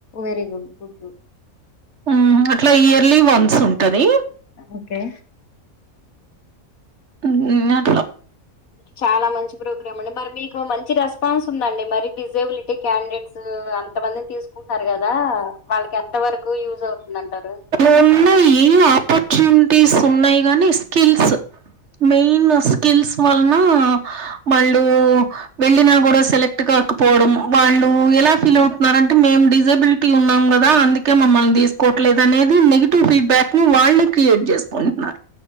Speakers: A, on the left; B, on the right.
A: వెరీ గుడ్ గుడ్ గుడ్
B: ఉం అట్లా ఇయర్లీ వన్స్ ఉంటది
A: ఓకే
B: ఉం అట్లా
A: చాలా మంచి ప్రోగ్రామ్ అండి మరి మీకు మంచి రెస్పాన్స్ ఉందండి మరి డిజెబిలిటీ టే క్యాండిడేట్స్ అంత మందిని తీసుకుంట సారు కదా వాళ్ళకి ఎంత వరకు యూజ్ అవుతుంది అంటారు
B: ఉన్న ఏ ఆపర్చునిటీస్ ఉన్నాయి గానీ స్కిల్స్ మెయిన్ స్కిల్స్ వలన వాళ్ళు వెళ్ళిన కూడా సెలెక్ట్ కాకపోవడం వాళ్ళు ఎలా ఫీల్ అవుతున్నార అంటే మేం డిజబిల్ ఉన్నాం కదా అందుకే మమ్మల్ని తీసుకోవట్లేదు అనేది నెగిటివ్ ఫీడ్బ్యాక్ ను వాళ్ళే క్రియేట్ చేసుకుంటున్నారు